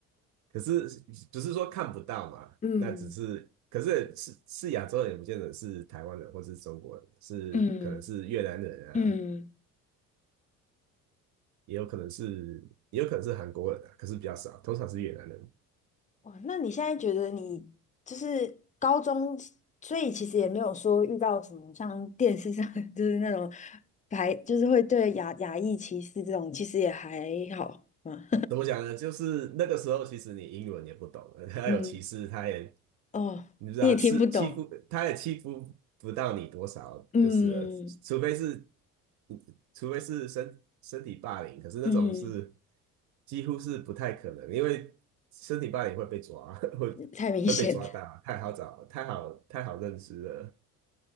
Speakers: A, on the right; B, on the left.
A: 可是不是说看不到嘛？
B: 嗯
A: 那只是，可是是是亚洲人，也不见得是台湾人或是中国人，是可能是越南人啊，
B: 嗯。嗯，
A: 也有可能是也有可能是韩国人啊，可是比较少，通常是越南人。
B: 哇，那你现在觉得你就是高中，所以其实也没有说遇到什么像电视上 <laughs> 就是那种排，就是会对亚亚裔歧视这种，其实也还好嘛。
A: 怎么讲呢？就是那个时候，其实你英文也不懂，<laughs> 他有歧视，
B: <laughs> 嗯，
A: 他也
B: 哦，
A: 你知道，
B: 你也听不懂，
A: 欺欺负，他也欺负不到你多少，
B: 嗯
A: 就是了除非是，嗯除非是身身体霸凌，可是那种是
B: 嗯，
A: 几乎是不太可能，因为身体霸凌会被抓，<laughs> 会
B: 太明显了，
A: 会被抓到，太好找，太好太好认识了，